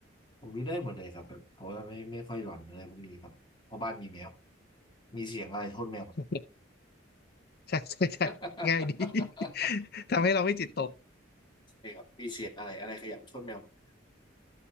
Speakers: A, on the left; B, on the left.
A: ผมนี่ได้หมดเลยครับแบบเพราะว่าไม่ไม่ค่อยหลอนอะไรพวกนี้ครับเพราะบ้านมีแมวมีเสียงอะไรโทษแมวหมด
B: <laughs> ใช่ใช่ใช่ง่ายดี
A: <laughs>
B: <laughs> ทำให้เราไม่จิตตก
A: ใช่ครับมีเสียงอะไรอะไรขยับโทษแมวหมด